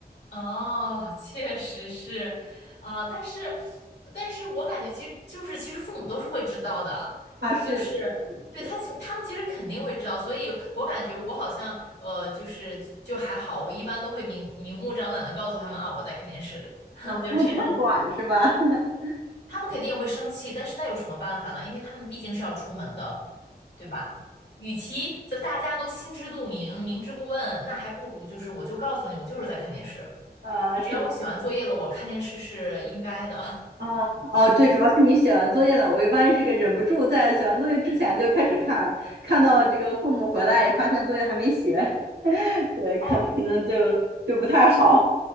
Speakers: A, on the left (about 85°); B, on the right (about 80°).
A: 哦，确实是，啊、但是但是我感觉其实就是其实父母都是会知道的，
B: 啊，是的，
A: 就是对他其他们其实肯定会知道，
B: 对，
A: 所以我感觉我好像呃就是就还好，我一般都会明明目张胆的告诉他们啊我在看电视，<laughs>
B: 啊，
A: 就是这种。
B: 他们不太管是吧？<laughs>
A: 他们肯定也会生气，但是那有什么办法呢？因为他们毕竟是要出门的，对吧？与其这大家都心知肚明、明知故问，那还不如就是我就告诉你，我就是在看电视。
B: 呃，
A: 只要我写完作业了，
B: 是吗？
A: 我看电视是应该的。<laughs>
B: 啊，哦，对，
A: 这种
B: 主要是你写完作业了。我一般是个忍不住在写完作业之前就开始看，看到这个父母回来也发现作业还没写，<laughs> 对，可可能就
A: 哦，
B: 就不太好。